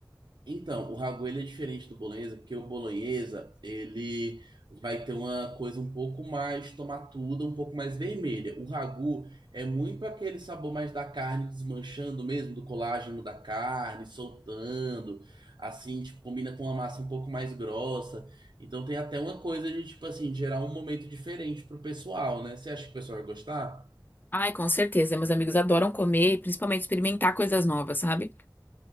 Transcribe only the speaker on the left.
Ai, com certeza. Meus amigos adoram comer, e principalmente experimentar coisas novas, sabe?